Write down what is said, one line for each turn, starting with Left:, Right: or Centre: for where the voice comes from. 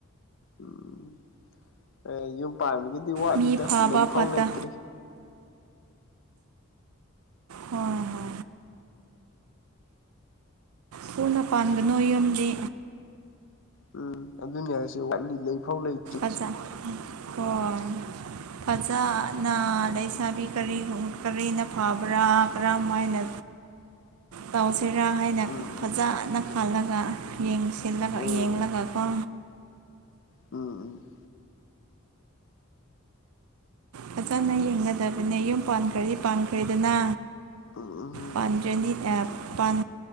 Left: ꯎꯝ ꯑꯦ ꯌꯨꯝ ꯄꯥꯟꯕꯒꯤꯗꯤ ꯋꯥꯠꯂꯤꯗ
Right: ꯃꯤ ꯐꯕ
Left: ꯂꯩꯐꯥꯎ
Right: ꯐꯠꯇ
Left: ꯂꯩꯇ꯭ꯔꯤ꯫
Right: ꯍꯣꯏ ꯍꯣꯏ꯫ ꯊꯨꯅ ꯄꯥꯟꯒꯅꯣ ꯌꯨꯝꯗꯤ꯫
Left: ꯎꯝ ꯑꯗꯨꯅꯤ ꯍꯥꯏꯁꯦ ꯋꯥꯠꯂꯤ ꯂꯩꯐꯥꯎ ꯂꯩ
Right: ꯑꯠꯆꯥ ꯍꯣꯏ꯫ ꯐꯖꯅ ꯂꯩꯁꯥꯕꯤ ꯀꯔꯤꯒꯨꯝ ꯀꯔꯤꯅ ꯐꯕ꯭ꯔꯥ ꯀꯔꯝ ꯃꯥꯏꯅ
Left: <inaudible>
Right: ꯇꯧꯁꯤꯔꯥ ꯍꯥꯏꯅ
Left: ꯎꯝ
Right: ꯐꯖꯅ ꯈꯜꯂꯒ ꯌꯦꯡꯁꯜꯂꯒ
Left: ꯎꯝ
Right: ꯌꯦꯡꯂꯒꯀꯣ꯫
Left: ꯎꯝ ꯎꯝ ꯎꯝ
Right: ꯐꯖꯅ ꯌꯦꯡꯒꯗꯕꯅꯦ ꯌꯨꯝ ꯄꯥꯟꯈ꯭ꯔꯗꯤ ꯄꯥꯟꯈ꯭ꯔꯦꯗꯅ꯫
Left: ꯎꯝ ꯎꯝ ꯎꯝ
Right: ꯄꯥꯟꯗ꯭ꯔꯦꯅꯤ ꯑꯦ ꯄꯥꯟ